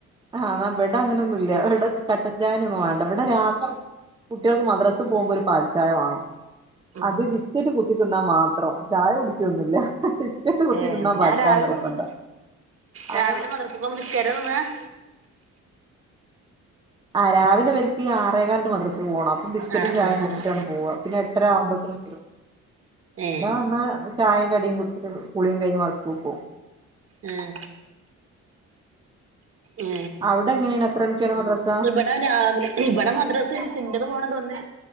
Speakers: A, on the right; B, on the right.
A: ആഹ് ന്ന വിടങ്ങനെൊന്നും ഇല്ല വടെ കട്ടച്ചായൊനെ വ വിടെ രാവിലെ കുട്ടൃൾക്ക് മദ്രസ് പോകുമ്പോ ഒരു പാൽചായ വാണം.
B: ഉം
A: അത് ബിസ്ക്കറ്റ് കു ത്തിന്നാ മാത്രം ചായ കുടിക്കൊന്നുല്ല. ബിസ്ക്കറ്റ് കുത്തി
B: ഏ
A: തിന്നാ പാൽച്ചായ
B: ഞാൻ രാവിലെ
A: നിർബന്ധ
B: പോക രാവിലെ
A: അത്
B: മദ്രസക്ക് പോകുമ്പ ബിസ്ക്കേറ്റാ തിന്നാ? <inaudible>
A: ആ രാവിലെ വല് ഈ ആറേകാല്ന് മദ്രസേ പോണം. ബിസ്ക്കറ്റും
B: ആഹ്
A: ചായിം
B: ആഹ്
A: കുടിച്ചിട്ടാണ്
B: ആഹ്
A: പോവ. പിന്നെ എട്ടര ആവുമ്പോത്തിനും വിടും
B: ഏ
A: പിന്നെ വന്ന് ചായിം കടിം കുടിച്ചിട്ട് കുളിം കഴിഞ്ഞ് മാ സ്കൂൾക്ക് പോവും.
B: ഉം എ
A: അവിടെ എങ്ങനെയാണ് എത്ര മണിക്കാണ് മദ്രസ
B: ഇവിടെ രാവിലെ ഇവടെ മദ്രസണ്ട്. ഇൻ്റത് പോണ തൊന്ന്